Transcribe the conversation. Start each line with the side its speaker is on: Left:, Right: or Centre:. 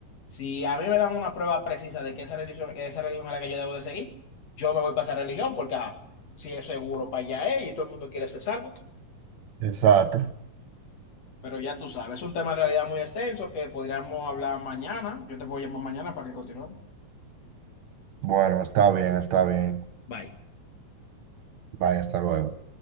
Left: si a mí me dan una prueba precisa de que esa religión, esa religión es la que yo debo de seguir, yo me voy para esa religión porque, ajá, si es seguro para allá es y todo el mundo quiere ser salvo,
Right: exacto.
Left: pero ya tú sabes, es un tema en realidad muy extenso que podríamos hablar mañana, yo te voy a llamar mañana para que continuemos.
Right: Bueno, está bien, está bien.
Left: Bye.
Right: Vaya, hasta luego.